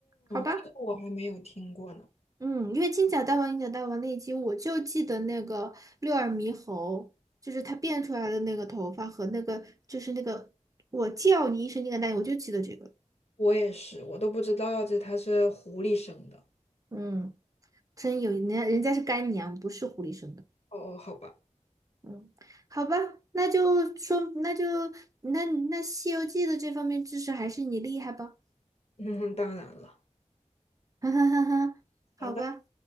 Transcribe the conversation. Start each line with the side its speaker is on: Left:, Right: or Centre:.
Right: 好吧，
Left: 这个我还没有听过呢。
Right: 嗯，因为金角大王、银角大王那一集，我就记得那个六耳猕猴，就是它变出来的那个头发和那个，就是那个我叫你一声那个大我就记得这个。
Left: 我也是，我都不知道这它是狐狸生的。
Right: 嗯，真有人家人家是干娘，不是狐狸生的。
Left: 哦哦，好吧，
Right: 嗯，好吧，那就说，那就那那《西游记》的这方面知识还是你厉害吧，
Left: <laughs> 那当然了。
Right: <laughs> 哈哈哈哈，好吧。
Left: 好的。